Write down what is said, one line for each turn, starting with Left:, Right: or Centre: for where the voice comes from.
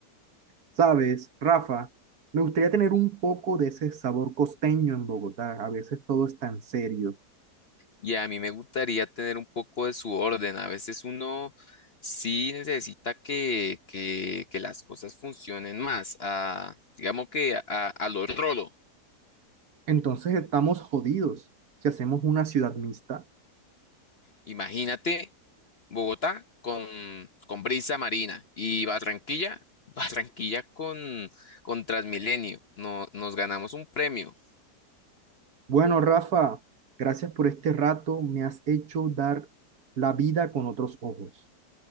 Right: ¿Sabes, Rafa? Me gustaría tener un poco de ese sabor costeño en Bogotá. A veces todo es tan serio.
Left: Y a mí me gustaría tener un poco de su orden. A veces uno sí necesita que, que, que las cosas funcionen más. a- digamos que a, a lo rolo.
Right: Entonces estamos jodidos si hacemos una ciudad mixta.
Left: Imagínate. Bogotá con, con Brisa Marina y Barranquilla, <laughs> Barranquilla con, con Transmilenio. No, nos ganamos un premio.
Right: Bueno, Rafa, gracias por este rato. Me has hecho dar la vida con otros ojos.